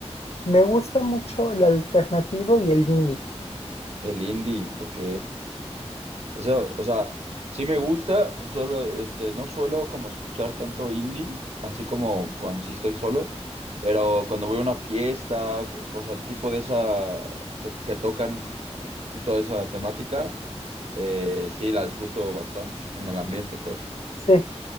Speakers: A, on the left; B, on the right.
A: me gusta mucho el alternativo y el indie.
B: El indie, ok. Eso, o sea, sí me gusta, solo, este, no suelo como escuchar tanto indie, así como cuando sí estoy solo, pero cuando voy a una fiesta, co- cosa tipo de esa que, que tocan eh, justo esa temática, eh, sí la disfruto bastante en el ambiente, pues.
A: Sí.